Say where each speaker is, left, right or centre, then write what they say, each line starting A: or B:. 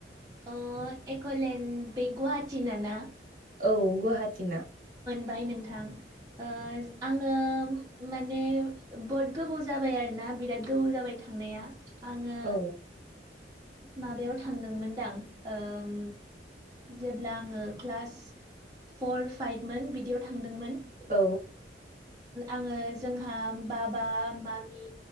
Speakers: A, on the right; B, on the right.
A: ओ एक'लेण्ड बे गुवाहाथिना ना
B: औ गुवाहाटिना
A: बाय नोंथां ओ आङो माने बहुत गोबाव जाबाय आरोना आं बिराद गोबाव जाबाय थांनाया आङो
B: औ
A: माबायाव थांदोंमोन दां ओम जेब्ला आङो क्लास फर फाइभ मोन बिदियाव थांदोंमोन
B: औ
A: आङो जोंहा बाबा मामि